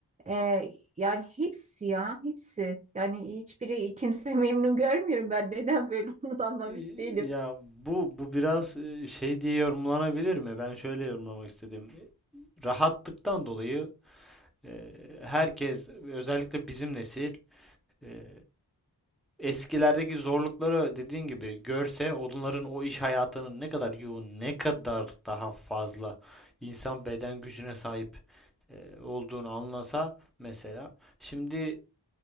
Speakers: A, on the right (about 20°); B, in the centre.
A: ee, yani hepsi ya hepsi. Yani hiçbiri kimse <laughs> memnun görmüyorum ben. Neden böyle <laughs> onu da anlamış
B: E,
A: değilim.
B: Ya bu bu biraz e, şey diye yorumlanabilir mi? Ben şöyle yorumlamak istedim. Rahatlıktan dolayı e, herkes özellikle bizim nesil e, eskilerdeki zorlukları dediğin gibi görse onların o iş hayatının ne kadar yoğun, ne kadar daha fazla insan beden gücüne sahip e, olduğunu anlasa mesela Şimdi